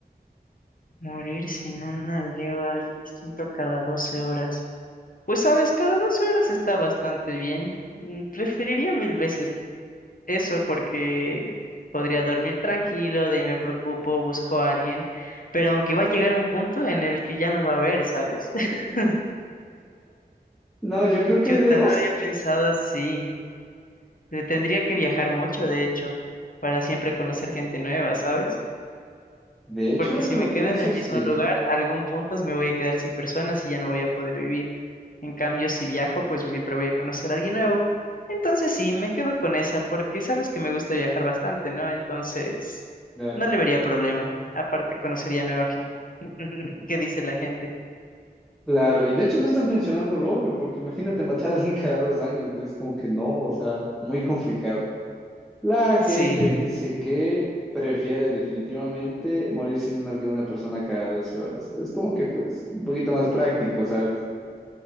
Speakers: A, on the left; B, in the centre.
A: Morir si no nalgueo a alguien distinto cada 12 horas. Pues sabes, cada 12 horas está bastante bien. Mm, Preferiría mil veces eso porque podría dormir tranquilo, de ahí me preocupo, busco a alguien, pero aunque va a llegar un punto en el que ya no va a haber, ¿sabes? <laughs>
B: No, yo creo que
A: Chuta,
B: de, o
A: no lo
B: sea,
A: había pensado así. Eh, Tendría que viajar mucho, de hecho, para siempre conocer gente nueva, ¿sabes?
B: de hecho,
A: porque
B: ahora
A: si
B: que lo
A: me quedo
B: pienso,
A: en el
B: sí,
A: mismo lugar, algún punto me voy a quedar sin personas y ya no voy a poder vivir. En cambio, si viajo, pues pues, siempre voy a conocer a alguien nuevo. Entonces sí, me quedo con esa, porque sabes que me gusta viajar bastante, ¿no? Entonces,
B: claro,
A: no le vería problema. Aparte, conocería nueva gente. <laughs> ¿Qué dice la gente?
B: claro. Y de hecho no estás mencionando lo obvio, porque imagínate <laughs> matar a alguien cada dos años, es como que no, o sea, muy complicado. La gente
A: Sí. <laughs>
B: dice que prefiere definitivamente morir sin un nalgue a una persona cada 12 horas. Es como que pues un poquito más práctico, ¿sabes?